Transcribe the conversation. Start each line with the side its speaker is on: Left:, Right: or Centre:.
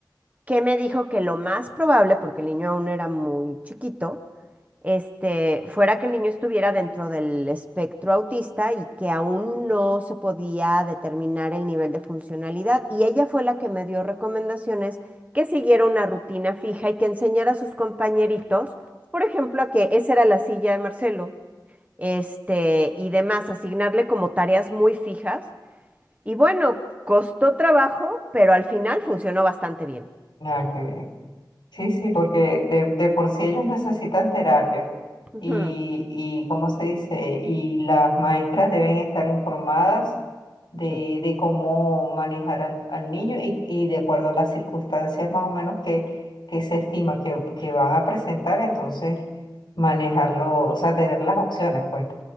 Right: que me dijo que lo más probable, porque el niño aún era muy chiquito, este, fuera que el niño estuviera dentro del espectro autista y que aún no se podía determinar el nivel de funcionalidad. Y ella fue la que me dio recomendaciones que siguiera una rutina fija y que enseñara a sus compañeritos, por ejemplo, a que esa era la silla de Marcelo, este, y demás, asignarle como tareas muy fijas. Y bueno, costó trabajo, pero al final funcionó bastante bien.
Left: Ah, qué bien. Sí, sí, porque de, de por sí ellos necesitan terapia
Right: Ujú.
Left: y, y, ¿cómo se dice? Y las maestras deben estar informadas de,
Right: Sí,
Left: de cómo manejar al, al niño y, y de acuerdo a las circunstancias más o menos que, que se estima que, que van a presentar, entonces manejarlo, o sea, tener las opciones, pues.